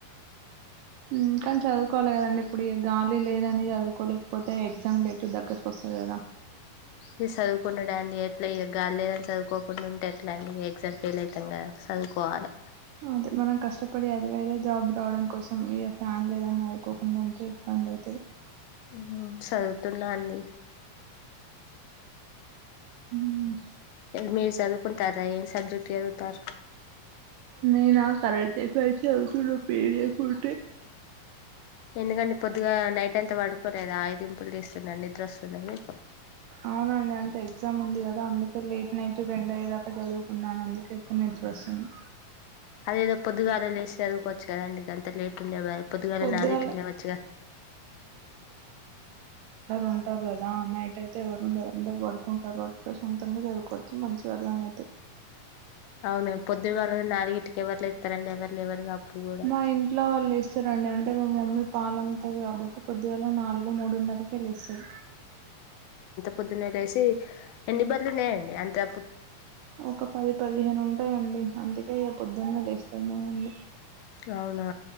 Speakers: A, on the right (about 80°); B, on the left (about 85°).
A: ఉమ్ కానీ చదువుకోవాలి కదండి ఇప్పుడు కాలి లేదని చదువుకోలేకపోతే ఎగ్జామ్ డేట్ దగ్గరకు వస్తాది కదా
B: ఇగ చదువుకున్నడాన్ని ఎట్లా ఏ గాలి లేదంట చదువుకోకుండా ఉంటే ఎలా అండి ఎగ్జామ్ ఫెయిల్ అయితాం కదా చదువుకోవాలి
A: అదే మనం కష్టపడి చదివేదే జాబ్ రావడం కోసం ఇక ఫ్యాన్ లేదని అదునుకోకుండా ఉంటే ఇబ్బంది అయితది
B: ఉహూ చదువుతున్నా అండి
A: ఉమ్
B: ఎల్ మీర్ చదువుకుంటారా ఏన్ సబ్జెక్ట్ చదువుతారు
A: నేనా కరెంట్ ఎఫైర్స్ చదువుతున్న పిడిఎఫ్ ఉంటే
B: ఎందుకండి పొద్దుగ నైట్ అ ఎంత పడుకోలేదు ఐదుంపులు లేస్తున్న నిద్ర వస్తున్నది మీ
A: అవునండి అంటే ఎగ్జామ్ ఉంది కదా అందుకే లేట్ నైట్ రెండు అయ్యేదాక చదువుకున్నాను అందుకే ఇప్పుడు నిద్ర వస్తుంది
B: అదేదో పొద్దుగ లేసి చదువుకోవచ్చు కదండి గంత లేట్ ఉండ పొద్దు గాలనే
A: పొద్దుగాల
B: ఆరు ఇంటికి లేవచ్చుగా
A: ఉంటరు కదా నైట్ అయితే ఎవరు ఉండరు అందరు పడుకుంటారు అ ప్రశాంతంగా చదువుకోవచ్చు మంచి అర్థం అయితే
B: అవున పొద్దుగాళ్ళ నాలుగింటికి ఎవర్లతే లేస్తారండి ఎవరు లెవరుగా అప్పుడు కూడ
A: మా ఇంట్లో వాళ్ళు లేస్తారండి అంటే మా మమ్మీ పాలమ్ముతది కాబట్టి పొద్దుగల నాలుగు మూడున్నరకి లేస్తం
B: పొద్దునె లేసి ఎన్ని బరులు ఉన్నాయండి అంతే
A: ఒక పది పదిహేను ఉంటాయండి అందుకే ఏ పొద్దున్న లేస్తాది మా మమ్మీ
B: అవునా